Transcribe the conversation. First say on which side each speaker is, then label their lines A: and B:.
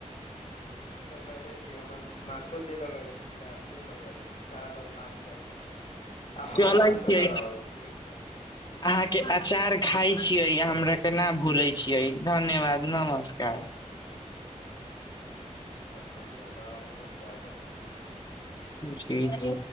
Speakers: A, on the left; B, on the left.
A: लगेले छी हमर मातो जे लगेले छी दादियो लगेले छैय सा लोग आम के अचार लग छैय। आ हर
B: चलै
A: साल
B: छियै
A: मे लगावे छैय एक साल
B: अहाँके अचार खाय छियै आ हमरा केना भूलैय छियै धन्यवाद नमस्कार।
A: नमस्कार धन्यवाद अपनो ख्याल रखै छी।
B: जी जी।